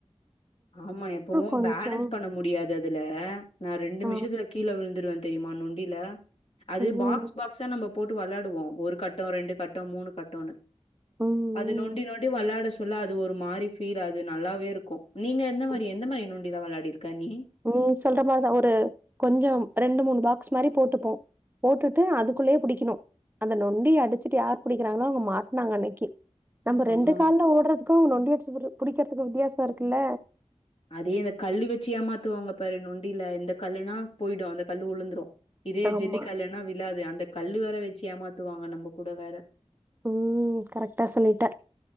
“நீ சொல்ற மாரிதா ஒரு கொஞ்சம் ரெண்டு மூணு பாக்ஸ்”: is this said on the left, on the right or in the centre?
Right